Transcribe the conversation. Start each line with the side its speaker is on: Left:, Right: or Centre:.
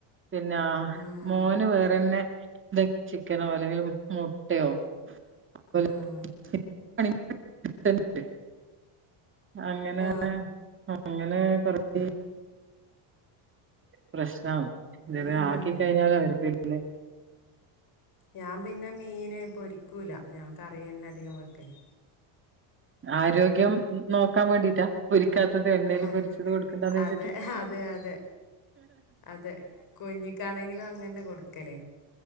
Right: പിന്നാ
Left: ഉം
Right: മോന് വേറെന്നെ ചിക്കനോ അല്ലെങ്കി മുട്ടയോ <inaudible>
Left: ഉം
Right: അങ്ങനെ
Left: ആ
Right: ഏ ഉം അങ്ങനെ കൊറച്ചി... പ്രശ്നന്ന് ഇതേരെ
Left: ഉം
Right: ആക്കി കഴിഞ്ഞലെ അവര് വേര്ന്നെ
Left: ഞാപിന്നെ മീന് പൊരിക്കൂല ഞാൻ കറിയെന്നെ അതികം വെക്കല്
Right: ആരോഗ്യം നോകാം വേണ്ടീറ്റ പൊരിക്കാത്തത് എണ്ണയിൽ
Left: ആ
Right: പൊരിച്ചത് കൊടുക്കണ്ടച്ചിട്ട്
Left: അതെ അതെ അതെ അതെ കുഞ്ഞികാണെങ്കിലും അങ്ങന്നെ കൊടുക്കല്